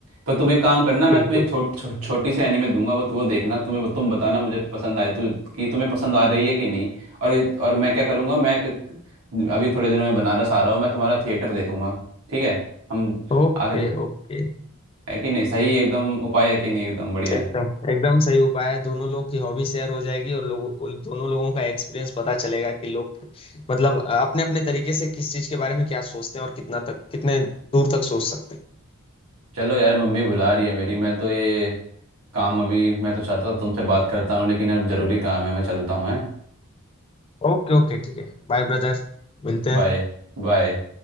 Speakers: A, on the right (about 85°); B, on the left (about 25°).
A: तो तुम एक काम करना मैं
B: बिल्कुल
A: तुम्हें एक छोट छो, छोटी सी एनीमे दूंगा वो वो देखना तुम्हें तुम बताना मुझे पसंद आए तु, कि तुम्हें पसंद आ रही है कि नहीं और इस- और मैं क्या करूँगा मैं एक- अभी थोड़े दिनों में बनारस आ रहा हूँ मैं तुम्हारा थिएटर देखूंगा ठीक है हम
B: Okay
A: आगे तो
B: okay
A: है कि नहीं सही एकदम उपाय है कि नहीं एकदम बढ़िया
B: एकदम एकदम सही उपाय है दोनों लोग की हॉबी शेयर हो जाएगी और लोगों उन दोनों लोगों का एक्सपीरियंस पता चलेगा कि लोग मतलब अपने अपने तरीके से किस चीज के बारे में क्या सोचते हैं और कितना तक कितने दूर तक सोच सकते हैं
A: चलो यार मम्मी बुला रही है मेरी मैं तो ये काम अभी मैं तो चाहता था तुमसे बात करता हूँ लेकिन अब जरूरी काम है मैं चलता हूँ है
B: ओके ओके ठीक है बाय ब्रदर मिलते हैं
A: बाय बाय